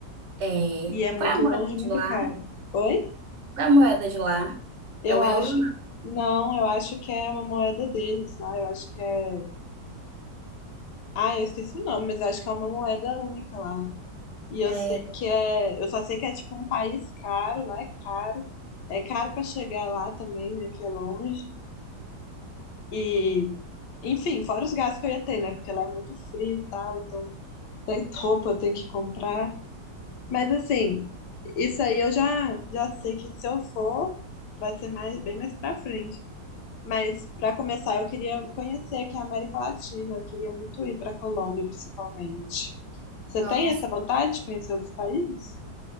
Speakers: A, on the right (about 55°); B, on the left (about 75°).
A: É,
B: E é muito
A: qual é a moeda
B: longe, e muito
A: de lá?
B: caro. Oi?
A: Qual é a moeda de lá?
B: Eu
A: É o
B: acho.
A: euro?
B: Não, eu acho que é uma moeda deles lá. Eu acho que é. Ah, eu esqueci o nome, mas eu acho que é uma moeda única lá. E
A: É,
B: eu sei
A: não.
B: que é, eu só sei que é tipo um país caro, lá é caro, é caro pra chegar lá também, né, que é longe. E, enfim, fora os gastos que eu ia ter, né, porque lá é muito frio e tal, então tem roupa eu tenho que comprar. Mas assim, isso aí eu já já sei que se eu for, vai ser mais bem mais pra frente. Mas pra começar, eu queria conhecer aqui a América Latina, eu queria muito ir pra Colômbia, principalmente. Você
A: Nossa.
B: tem essa vontade de conhecer outros países?